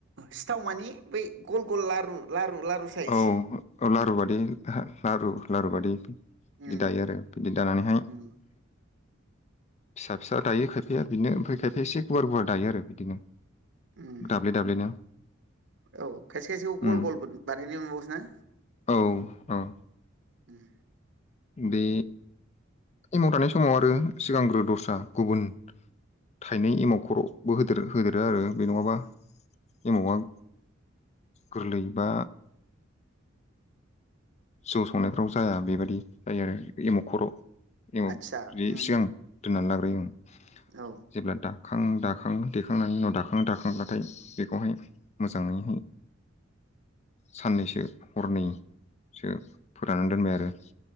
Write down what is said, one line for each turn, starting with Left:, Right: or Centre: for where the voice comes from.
Right: सिथाव मानि बै गल गल लारु लारु लारु साइज
Left: औ औ लारु बादि लारु लारु बादि। बिदि
Right: उम
Left: दायो आरो बिदि दानानैहाय
Right: उम
Left: फिसा फिसा दायो खायफाया बिदिनो ओमफ्राय खायफाया एसे गुवार गुवार दायो आरो बिदिनो।
Right: उम
Left: दाब्ले दाब्लेनो
Right: औ खायसे खायसेखौ गल
Left: उम
Right: गलबो बानायनो मोनबावसो ना?
Left: औ औ।
Right: उम
Left: बे एमाव दानाय समाव आरो सिगांग्रो दस्रा गुबुन थाइनै एमाव खर'बो होदेर होदेरो आरो बे नङाबा एमावा गोरलै बा जौ संनायफ्राव जाया बेबायदि जायो आरो एमाव खर' एमाव
Right: आदसा
Left: बि
Right: उम
Left: सिगां दोननानै लाग्रोयो ओं।
Right: औ
Left: जेब्ला दाखां दाखां देखांनायनि उनाव दाखां दाखांब्लाथाय बेखौहाय मोजाङैहै साननैसो हरनै सो फोराननानै दोनबाय आरो।